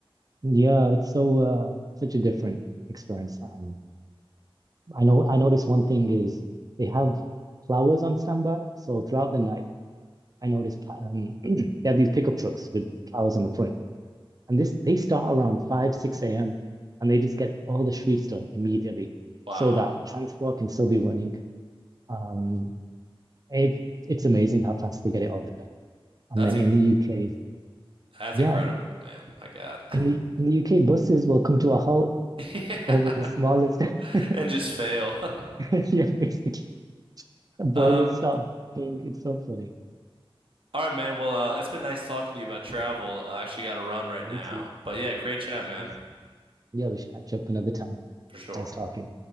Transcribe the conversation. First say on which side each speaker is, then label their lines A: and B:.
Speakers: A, on the right; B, on the right.
A: Yeah, it's so uh, such a different experience. Um, I know I noticed one thing is they have flowers on standby. So throughout the night, I noticed um, <clears throat> they have these pickup trucks with flowers on the front. And this they start around 5, 6 a.m. and they just get all the streets done immediately
B: Wow.
A: so that transport can still be running. Um, it, it's amazing how fast they get it all done. And
B: That's
A: then
B: in
A: in the UK,
B: that's
A: yeah,
B: incredible, man. My God. <laughs>
A: in the in the UK, buses will come to a halt
B: Yeah.
A: over the smallest. <laughs>
B: And just fail. <laughs>
A: It's, <laughs> yeah, basically, boilers
B: Um,
A: stop being. It's so funny.
B: all right, man. Well, uh, it's been nice talking to you about travel. I actually got to run right now.
A: You too.
B: But yeah, great
A: I
B: chat,
A: know.
B: man.
A: Yeah, we should catch up another time.
B: For sure.
A: Nice talking.